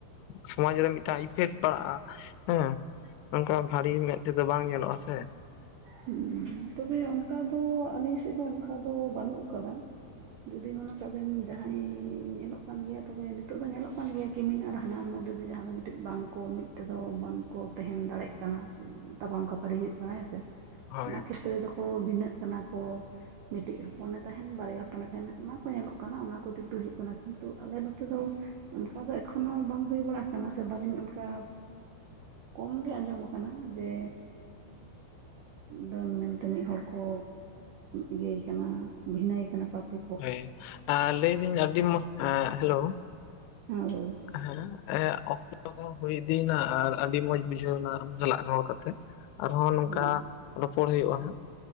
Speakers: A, on the left (about 80°); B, on the right (about 75°).
A: ᱥᱚᱢᱟᱡ ᱨᱮ ᱢᱤᱫᱴᱟᱝ ᱤᱯᱷᱮᱠᱴ ᱯᱟᱲᱟᱜ-ᱟ ᱦᱮᱸ ᱱᱚᱝᱠᱟ ᱵᱷᱟᱞᱤ ᱢᱮᱫ ᱛᱮᱫᱚ ᱵᱟᱝ ᱧᱮᱞᱚᱜ-ᱟ ᱥᱮ
B: ᱦᱩᱸ ᱛᱚᱵᱮ ᱚᱱᱠᱟ ᱫᱚ ᱟᱹᱞᱤᱧ ᱥᱮᱫ ᱫᱚ ᱚᱱᱠᱟ ᱫᱚ ᱵᱟᱹᱱᱩᱜ ᱟᱠᱟᱫᱟ ᱾ ᱡᱩᱫᱤ ᱢᱚᱱᱮ ᱠᱟᱜ ᱵᱮᱱ ᱡᱟᱦᱟᱸᱭ ᱧᱮᱞᱚᱜ ᱠᱟᱱ ᱜᱮᱭᱟ ᱛᱚᱵᱮ ᱱᱤᱛᱚᱜ ᱫᱚ ᱧᱮᱞᱚᱜ ᱠᱟᱱ ᱜᱮᱭᱟ ᱠᱤᱢᱤᱱ ᱟᱨ ᱦᱟᱱᱦᱟᱨ ᱢᱚᱫᱽᱫᱷᱮ ᱡᱟᱦᱟᱸ ᱫᱚ ᱢᱤᱫᱴᱮᱱ ᱵᱟᱝ ᱠᱚ ᱢᱤᱫ ᱛᱮᱫᱚ ᱵᱟᱝ ᱠᱚ ᱛᱟᱦᱮᱱ ᱫᱟᱲᱮᱭᱟᱜ ᱠᱟᱱᱟ᱾ ᱛᱟᱯᱟᱢ ᱠᱷᱟᱯᱟᱹᱨᱤ ᱦᱩᱭᱩᱜ ᱠᱟᱱᱟ ᱦᱮᱸᱥᱮ
A: ᱦᱳᱭ
B: ᱚᱱᱟ ᱠᱷᱮᱛᱨᱮ ᱫᱚᱠᱚ ᱵᱷᱤᱱᱟᱹᱜ ᱠᱟᱱᱟ ᱠᱚ ᱾ ᱢᱤᱫᱴᱤᱡ ᱦᱚᱯᱚᱱᱮ ᱛᱟᱦᱮᱱ ᱵᱟᱨᱭᱟ ᱦᱚᱯᱚᱱᱮ ᱛᱟᱦᱮᱱ ᱚᱱᱟ ᱠᱚ ᱧᱮᱞᱚᱜ ᱠᱟᱱᱟ ᱚᱱᱟ ᱠᱚ ᱫᱤᱠ ᱫᱚ ᱦᱩᱭᱩᱜ ᱠᱟᱱᱟ᱾ ᱛᱚ ᱟᱞᱮ ᱱᱚᱛᱮ ᱫᱚ ᱚᱱᱠᱟ ᱫᱚ ᱮᱠᱷᱳᱱᱳ ᱵᱟᱝ ᱦᱩᱭ ᱵᱟᱲᱟ ᱠᱟᱱᱟ ᱥᱮ ᱵᱟᱹᱞᱤᱧ ᱚᱱᱠᱟ ᱠᱚᱢ ᱜᱮ ᱟᱸᱡᱚᱢ ᱟᱠᱟᱱᱟ ᱡᱮ ᱰᱟᱹᱱ ᱢᱮᱱ ᱛᱮ ᱢᱤᱫ ᱦᱚᱲ ᱠᱚ ᱤᱭᱟᱹ ᱮ ᱠᱟᱱᱟ ᱵᱷᱤᱱᱟᱹ ᱮ ᱠᱟᱱᱟ ᱟᱛᱩ
A: ᱦᱳᱭ ᱞᱟᱹᱭᱫᱟᱹᱧ ᱟᱹᱰᱤ ᱢᱚᱡᱽ ᱦᱮᱞᱳ
B: ᱦᱳᱭ
A: ᱦᱮᱸ ᱚᱠᱛᱚ ᱦᱩᱭ ᱤᱫᱤᱭᱱᱟ ᱟᱨ ᱟᱹᱰᱤ ᱢᱚᱸᱡᱽ ᱵᱩᱡᱷᱟᱹᱣ ᱮᱱᱟ ᱟᱢ ᱥᱟᱞᱟᱜ ᱨᱚᱲ ᱠᱟᱛᱮ ᱾ ᱟᱨᱦᱚᱸ ᱱᱚᱝᱠᱟ
B: ᱦᱳᱭ
A: ᱨᱚᱯᱚᱲ ᱦᱩᱭᱩᱜ-ᱟ ᱦᱟᱸᱜ